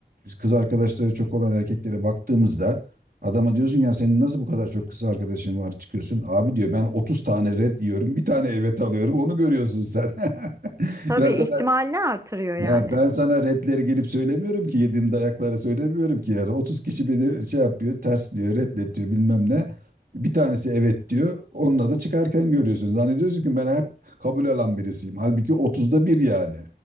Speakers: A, on the right; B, on the right.
A: kız arkadaşları çok olan erkeklere baktığımızda adama diyorsun ya senin nasıl bu kadar çok kız arkadaşın var çıkıyorsun. Abi diyor ben 30 tane red yiyorum. Bir tane evet alıyorum. Onu görüyorsun sen. <laughs>
B: Tabii
A: Ben sana,
B: ihtimalini artırıyor
A: ya
B: yani.
A: ben sana redleri gelip söylemiyorum ki yediğim dayakları söylemiyorum ki yani 30 kişi beni şey yapıyor, ters diyor, reddet diyor bilmem ne. Bir tanesi evet diyor. Onunla da çıkarken görüyorsun. Zannediyorsun ki ben hep kabul alan birisiyim. Halbuki 30'da bir yani.